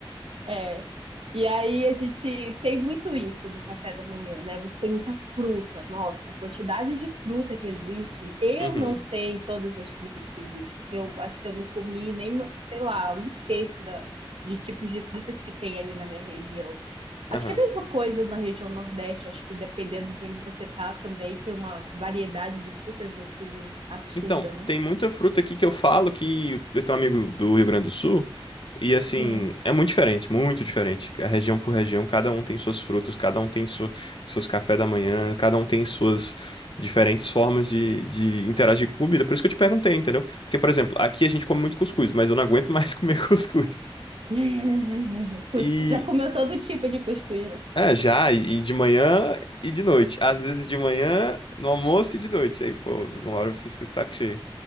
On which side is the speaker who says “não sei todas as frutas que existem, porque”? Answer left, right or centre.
Right